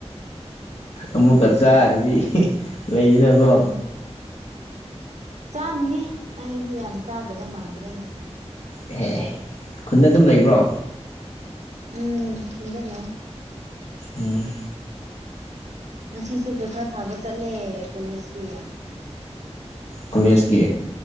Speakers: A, on the left; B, on the right.
A: ꯑꯃꯨꯛꯀ ꯆꯥꯗꯕꯤ ꯂꯩꯗꯅꯀꯣ
B: ꯎꯝ ꯆꯥꯅꯤꯌꯦ ꯑꯩꯁꯦ ꯌꯥꯝ ꯆꯥꯗꯕ ꯃꯥꯟꯕ꯭ꯔꯅꯦ
A: ꯑꯦꯍꯦ ꯈꯨꯟꯗ ꯑꯗꯨꯝ ꯂꯩꯕ꯭ꯔꯣ
B: ꯎꯝ ꯈꯨꯟꯗ ꯂꯩ
A: ꯎꯝ
B: ꯉꯁꯤꯁꯨ ꯄꯩꯈꯥ ꯊꯥꯕ ꯆꯠꯂꯦ ꯀꯣꯂꯦꯖꯀꯤ
A: ꯀꯣꯂꯦꯖꯀꯤ